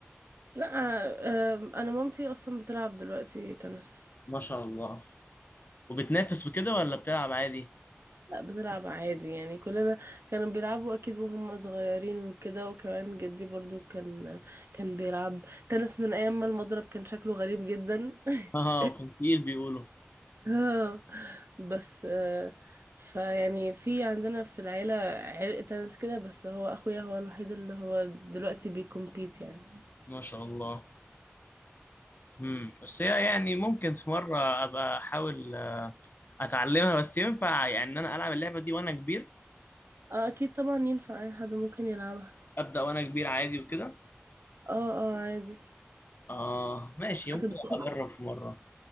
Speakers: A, on the right (about 65°); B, on the left (about 45°).
A: لا آه آه، انا مامتي اصلا بتلعب دلوقتي تنس
B: ما شاء الله وبتنافس وكده ولا بتلعب عادي
A: لأ بتلعب عادي يعني كلنا كانوا بيلعبوا أكيد وهم صغيرين وكده وكمان جدي برضو كان كان بيلعب تنس من أيام ما المضرب كان شكله غريب جدا <laughs>
B: اه كنت تقيل بيقولوا
A: اه بس آه، فيعني في عندنا في العيلة عرق تنس كده بس هو أخويا هو الوحيد اللي هو دلوقتي بيكمبيت يعني
B: ما شاء الله امم بس هي يعني ممكن في مره ابقى احاول آه، اتعلمها بس ينفع يعني ان انا العب اللعبه دي وانا كبير
A: اه أكيد طبعا ينفع أي حد ممكن يلعبها
B: ابدا وانا كبير عادي وكده
A: اه اه عادي
B: اه ماشي ممكن
A: أنت بتاخد-
B: ابقى اجرب في مره